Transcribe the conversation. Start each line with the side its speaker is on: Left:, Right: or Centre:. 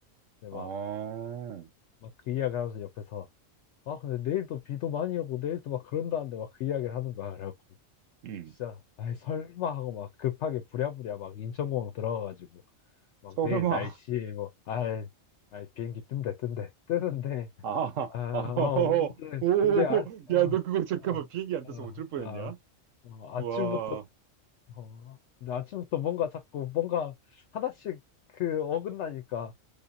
Left: 근데
Right: 어,
Left: 막
Right: 어,
Left: 막 그 이야기 하면서 옆에서 아 근데 내일도 비도 많이 오고 내일도 막 그런다는데 막 그 이야기를 하는 거야. 그래갖고
Right: 음.
Left: 진짜 아이 설마 하고 막 급하게 부랴부랴 막 인천공항 들어가가지고 막
Right: 어,
Left: 내일
Right: 설마,
Left: 날씨 뭐, 아, 아 비행기 뜬대 뜬대 뜨는데
Right: 아, <laughs>
Left: 아,
Right: 어,
Left: 어, 이제
Right: 오,
Left: 이제 아, 어
Right: 야, 너 그거 잠깐만
Left: 아,
Right: 비행기 안
Left: 아,
Right: 떠서 어쩔 뻔했냐?
Left: 아, 어, 아침부터
Right: 와,
Left: 어, 근데 아침부터 뭔가 자꾸 뭔가 하나씩 그 어긋나니까